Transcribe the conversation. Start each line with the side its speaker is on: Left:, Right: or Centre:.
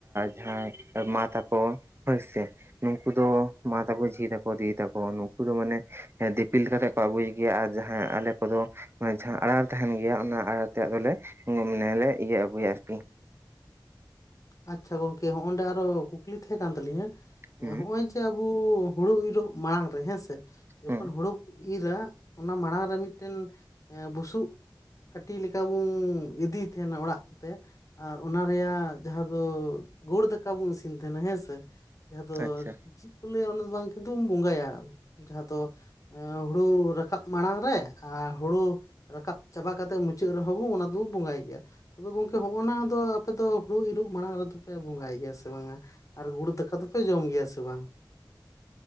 Right: ᱡᱟᱦᱟᱸᱭ ᱢᱟ ᱛᱟᱠᱚ ᱦᱳᱭ ᱥᱮ ᱱᱩᱱᱠᱩ ᱫᱚ ᱢᱟ ᱛᱟᱠᱚ ᱡᱷᱤ ᱫᱤᱫᱤ ᱛᱟᱠᱚ ᱱᱩᱠᱩ ᱫᱚ ᱢᱟᱱᱮ ᱫᱤᱯᱤᱞ ᱠᱟᱛᱮᱜ ᱠᱚ ᱟᱹᱜᱩᱭ ᱜᱮᱭᱟ ᱟᱨ ᱡᱟᱦᱟᱸᱭ ᱟᱞᱮ ᱠᱚᱫᱚᱼᱼ ᱢᱟᱱᱮ ᱡᱟᱦᱟᱸ ᱟᱲᱟᱨ ᱛᱟᱦᱮᱱ ᱜᱮᱭᱟ ᱚᱱᱟ ᱟᱲᱟᱨ ᱛᱮ ᱟᱫᱚᱞᱮ ᱢᱟᱱᱮᱞᱮ ᱤᱭᱟᱹ ᱟᱹᱜᱩᱭᱟ ᱟᱨᱠᱤ
Left: ᱟᱪᱪᱷᱟ ᱜᱚᱢᱠᱮ ᱦᱚᱸᱜ ᱚᱰᱮ ᱟᱨᱚ ᱠᱩᱠᱞᱤ ᱛᱟᱦᱮᱸ ᱠᱟᱱ ᱛᱟᱹᱞᱤᱧᱟ
Right: ᱦᱩᱸ
Left: ᱦᱚᱜᱼ ᱚᱭ ᱡᱮ ᱟᱵᱚ ᱦᱩᱲᱩ ᱤᱨᱚᱜᱼᱼ ᱢᱟᱲᱟᱝ ᱨᱮ ᱦᱮᱸᱥᱮ ᱡᱚᱠᱷᱚᱱ
Right: ᱦᱩᱸ
Left: ᱦᱩᱲᱩᱼᱼ ᱤᱨᱟ ᱚᱱᱟ ᱢᱟᱲᱟᱝ ᱨᱮ ᱢᱤᱫᱴᱮᱱ ᱵᱩᱥᱩᱵᱼᱼ ᱟᱹᱴᱤ ᱞᱮᱠᱟ ᱵᱚᱱ ᱤᱫᱤᱭ ᱛᱟᱦᱮᱱᱟ ᱚᱲᱟᱜ ᱠᱚᱛᱮ ᱟᱨ ᱚᱱᱟ ᱨᱮᱭᱟᱜ ᱡᱟᱦᱟᱸ ᱫᱚ ᱜᱩᱲ ᱫᱟᱠᱟ ᱵᱚᱱ ᱤᱥᱤᱱ ᱛᱟᱦᱮᱸᱱᱟ ᱦᱮᱸ ᱥᱮ ᱡᱟᱦᱟᱸ ᱫᱚᱼᱼ
Right: ᱟᱪᱪᱷᱟ
Left: ᱞᱟᱹᱭᱟ ᱟᱠᱚ ᱚᱱᱟ ᱫᱚ ᱵᱟᱝ ᱠᱤᱱᱛᱩᱢ ᱵᱚᱸᱜᱟᱭᱟ ᱡᱟᱦᱟᱸ ᱫᱚᱼᱼ ᱦᱩᱲᱩ ᱨᱟᱠᱟᱵ ᱢᱟᱲᱟᱝ ᱨᱮ ᱟᱨ ᱦᱩᱲᱩᱼᱼ ᱨᱟᱠᱟᱵ ᱪᱟᱵᱟ ᱠᱟᱛᱮᱜ ᱢᱩᱪᱟᱹᱫ ᱨᱮᱦᱚᱸ ᱵᱚᱱ ᱚᱱᱟ ᱫᱚᱵᱚ ᱵᱚᱸᱜᱟᱭ ᱜᱮᱭᱟ ᱛᱚᱵᱮ ᱜᱚᱢᱠᱮ ᱦᱚᱜᱼᱚᱱᱟ ᱫᱚ ᱟᱯᱮ ᱫᱚᱼᱼ ᱦᱩᱲᱩ ᱤᱨᱚᱜ ᱢᱟᱲᱟᱝ ᱨᱮᱫᱚ ᱯᱮ ᱵᱚᱸᱜᱟᱭ ᱜᱮᱭᱟ ᱥᱮ ᱵᱟᱝ-ᱟ? ᱟᱨ ᱜᱩᱲ ᱫᱟᱠᱟ ᱫᱚᱯᱮ ᱡᱚᱢ ᱜᱮᱭᱟ ᱥᱮ ᱵᱟᱝ?